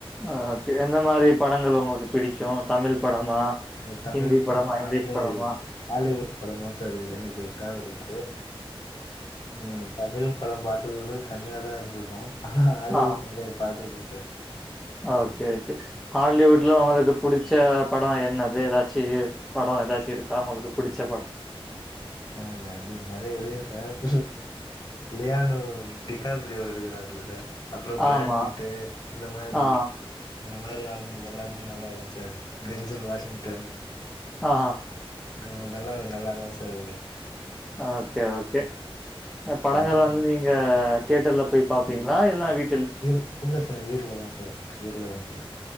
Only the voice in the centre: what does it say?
அ எந்த மாரி படங்கள் உங்குளுக்கு பிடிக்கோ தமிழ் படமா
ஹிந்தி
படமா இங்கிலீஷ்
படமா
ஆ
ஓகே ஓகே ஹாலிவுட்ல உங்குளுக்கு பிடிச்ச படோ என்னது ஏதாச்சு படோ ஏதாச்சு இருக்கா உங்குளுக்கு பிடிச்ச படோ
ஆமா
ஆ
ஆ
ஓகே ஓகே அ படங்கள்
வந்து நீங்க தேட்டர்ல போய் பாப்பீங்களா இல்ல வீட்